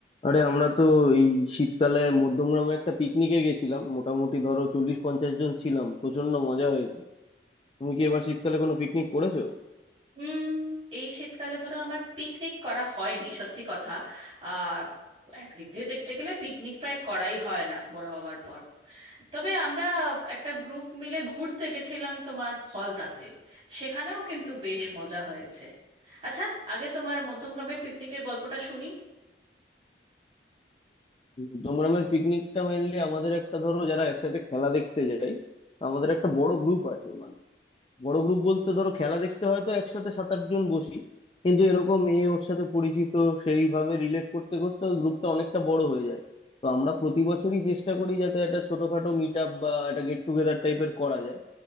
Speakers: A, on the left (about 30°); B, on the right (about 35°).
A: আরে আমরা তো এই শীতকালে মধ্যমগ্রামে একটা পিকনিকে গেছিলাম মোটামুটি ধরো চল্লিশ পঞ্চাশ জন ছিলাম প্রচন্ড মজা হয়েছে তুমি কি এবার শীতকালে কোনো পিকনিক করেছো
B: উম এই শীতকালে ধরো আমার পিকনিক করা হয়নি সত্যি কথা আর একদিক দিয়ে দেখতে গেলে পিকনিক প্রায় করাই হয় না বড় হবার পর তবে আমরা একটা গ্রুপ মিলে ঘুরতে গেছিলাম তোমার ফলতাতে সেখানেও কিন্তু বেশ মজা হয়েছে আচ্ছা আগে তোমার মধ্যমগ্রামের পিকনিকের গল্পটা শুনি
A: মধ্যমগ্রামের পিকনিকটা মেনলি আমাদের একটা ধরো যারা একসাথে খেলা দেখতে যাই আমাদের একটা বড় গ্রুপ আছে মানে বড় গ্রুপ বলতে ধরো খেলা দেখতে হয়তো একসাথে সাত আট জন বসি কিন্তু এরকম এ ওর সাথে পরিচিত সেইভাবে রিলেট করতে করতে ওই গ্রুপটা অনেকটা বড় হয়ে যায় তো আমরা প্রতি বছরই চেষ্টা করি যাতে একটা ছোটখাটো মিট আপ বা একটা গেট টুগেদার টাইপের করা যায়